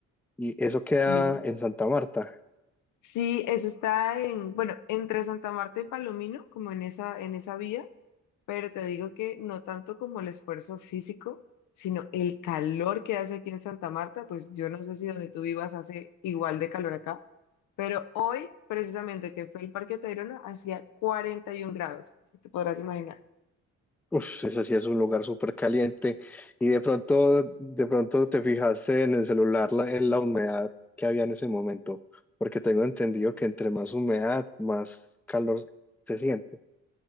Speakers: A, in the centre; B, on the left.
A: y eso queda
B: sí.
A: en Santa Marta.
B: Sí, eso está en, bueno, entre Santa Marta y Palomino, como en esa, en esa vía, pero te digo que no tanto como el esfuerzo físico, sino el calor que hace aquí en Santa Marta, pues yo no sé si donde tú vivas hace igual de calor acá, pero hoy, precisamente que fue el Parque Tayrona, hacía 41 grados, te podrás imaginar.
A: Uf, ese sí es un lugar súper caliente. Y de pronto, de pronto te fijaste en el celular la, en la humedad que había en ese momento, porque tengo entendido que entre más humedad, más calor se siente.